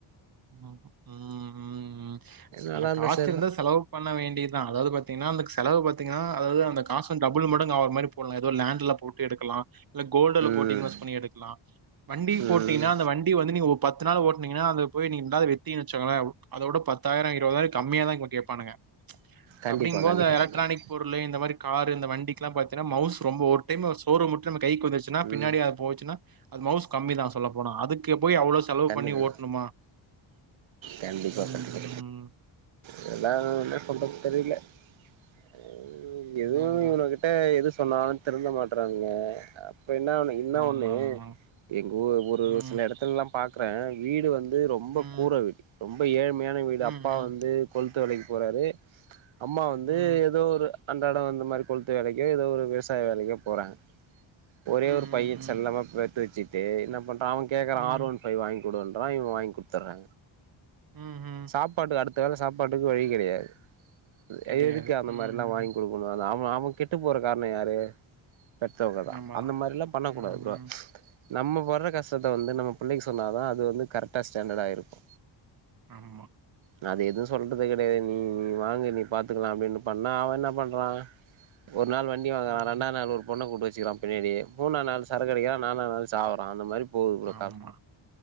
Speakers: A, on the right; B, on the right.
A: உ உம் உம்
B: நல்லா
A: இல்ல
B: இருந்தா
A: காசிருந்தா
B: சரிதா
A: செலவு பண்ண வேண்டியதா அதாவது பாத் பாத்தீங்கன்னா அந்தக் செலவு பாத்தீங்கன்னா அதாவது அந்த காசு டபுள் மடங்கு ஆகுற மாரி போடலா ஏதோ லேண்ட்ல போட்டு எடுக்கலா இல்ல கோல்டுல
B: ம்
A: போட்டு இன்வெஸ்ட் பண்ணி எடுக்குலா வண்டி போட்டீங்கன்னா
B: ம்
A: அந்த வண்டி வந்து நீங்க ஓ பத்து நாள் ஓட்னீங்கன்னா அது போய் நீங்க இண்டாது வித்திங்கன் வச்கோங்களே அதோட பத்தாயிரொ இருவதாயிரொ கம்மியா தா இவங்க கேப்பானுங்க
B: கண்டிப்பா
A: அப்டிங்ம்போது
B: கண்டிப்பா
A: எலக்ட்ரானிக்
B: கண்டிப்பா
A: பொருளு இந்த மாரி கார் இந்த வண்டிக் எல்லா பத் தீனா மவுஸ் ரொம்ப ஒரு டைம் சோறு மட்டு நம்ம கைக்கு வந்துச்சுன்னா பின்னாடி
B: ம்
A: ஆ போச்சுனா அது மவுஸ் கம்மி தா சொல்ல போனா அதுக்கு போய் அவ்ளோ செலவு
B: கண்டிப்பா
A: பண்ணி ஓட்டணுமா
B: கண்டிப்பா
A: ம்,
B: கண்டிப்பா
A: ம்.
B: இதெல்லா என்ன சொல்றது தெரில உம் எதுவு
A: அதான்டா
B: இவங்ககிட்ட எதுச் சொன்னாலு திறுந்த மாட்றாங்க இப்ப என்ன ஒண்ணு என்ன
A: ஆமா
B: ஒண்ணு
A: ஆமா
B: எங்க ஊ ஒரு
A: ம்
B: சில எடத்துலல்லா பாக்கறே வீடு வந் து ரொம்ப
A: ம்
B: கூற வீடு ரொம்ப ஏழ் மையான வீடு
A: ம்
B: அப்பா
A: ம்
B: வந்து கொல் துவேலைக்கு போறாரு அம்மா வந்து
A: ம்
B: ஏதோ ஒரு அந்த எடொ அந்த மாரி கொளுத்து வேலைக்கொ ஏதோ ஒரு விவசாய வேலைக்கோ போறாங்க ஒரே
A: ம் ம்
B: ஒரு பைய செல்லமா பெத்து வெச்சுட் டு என்ன பண் ரா அவ கேக்குறா
A: ம்
B: ஆர் ஒன் ஃபை வாங்கி குடுன்றா இவே வாங்கி குடுத்தற்றே
A: ம் ம்
B: சாப்பாடு அடுத்து கால சாப்பாட்டுக்கு வழி கெடையாது
A: கிடையாது
B: எ எதுக்கு அந்த
A: ம்
B: மாரிலா வாங்கி
A: ம்
B: குடுக்கணு அது அவம் அவ கெட்டு போற காரணோ யாரு பெத்தவங்கதா
A: ஆமா
B: அந்த மாரில்லா பண்ணக்கூடாது
A: ம்
B: ப்ரோ
A: ம்
B: நம்ம படுற கஷ்டத்த வந்து நம்ம ப புள்ளைக்கு சொன்னாதா அது வந்து கரெக்டா ஸ்டாண்டர்டா இருக்கு
A: ஆமா
B: நா அது எதுவு சொல்றது கெடையாது நீ வாங்கி நீ பாத்துக்கலா அப்டின்னு பண்ணா அவ என்ன பண்றா ஒரு நாள் வண்டி வாங்க
A: ம்
B: வர ரெண்டா நாள் ஒரு பொண்ண கூட்டு வெச் சீரம் பின்னாடி மூணா நாள் சரக்கடிக்கிற நாலா நாள் ச்சாவுரா அந்த மாரிப் போவ்
A: ஆமா